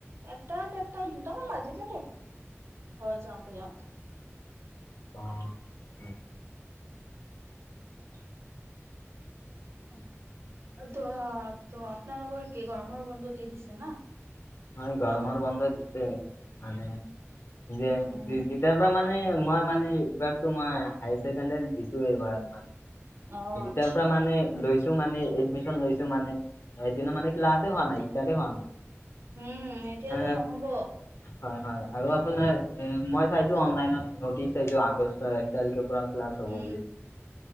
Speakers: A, on the right (about 60°); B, on the left (about 60°).
A: এটা দেৰটা দুটামান বাজে যাব ঘৰ যাওঁতে যাওঁতে,
B: অ' উ
A: হয় ত ত আপোনালোকৰ কি গৰমৰ বন্ধু দি দিছে না
B: হয় গৰমৰ বন্ধ দিছে মানোৰ
A: উম,
B: পৰা মানে মান মই মানে এইবাৰতো মই হায় ছেকেণ্ডাৰী দিছো এইবাৰ মানে,
A: অ
B: গীতাৰ
A: আচ্ছা
B: পৰা মানে লৈ মানে এডমিশন লৈছো মানে এদিন মানে ক্লাছ হোৱা নাই ষ্টাৰ্ট হোৱা নাই
A: উম এতিয়াতো
B: এ
A: নহব,
B: হয় হয় আৰু আপোনাৰ এ মই চাইছো অনলাইনত নটিচ চাইছো আগষ্টৰ এক তাৰিখৰ পৰা ক্লাছ হ'ব
A: উম
B: বুলি।